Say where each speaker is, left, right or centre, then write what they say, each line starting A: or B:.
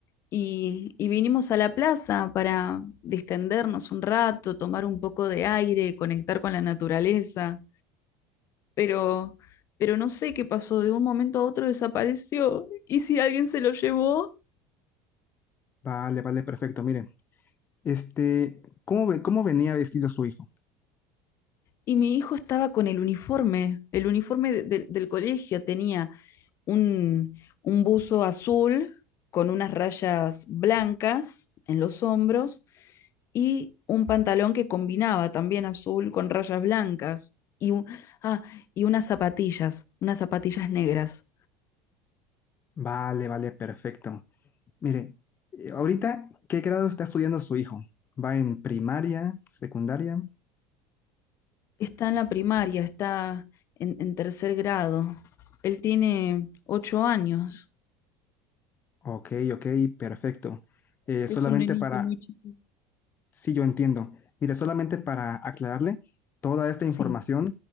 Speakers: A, on the left; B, on the left.
A: y, y vinimos a la plaza para distendernos un rato, tomar un poco de aire, conectar con la naturaleza. Pero, pero no sé qué pasó, de un momento a otro desapareció. ¿Y si alguien se lo llevó?
B: Vale, vale, perfecto. Mire, este, ¿cómo ve- cómo venía vestido su hijo?
A: Y mi hijo estaba con el uniforme, el uniforme de- de- del colegio tenía. un, un buzo azul con unas rayas blancas en los hombros y un pantalón que combinaba también azul con rayas blancas y, un- ah, y unas zapatillas, unas zapatillas negras.
B: Vale, vale, perfecto. Mire, eh, ahorita, ¿qué grado está estudiando su hijo? ¿Va en primaria, secundaria?
A: Está en la primaria, está en, en tercer grado. Él tiene ocho años.
B: Ok, ok, perfecto. Eh,
A: Es
B: solamente
A: un nenito
B: para
A: muy chiquito.
B: Sí, yo entiendo. Mire, solamente para aclararle, toda esta
A: Sí,
B: información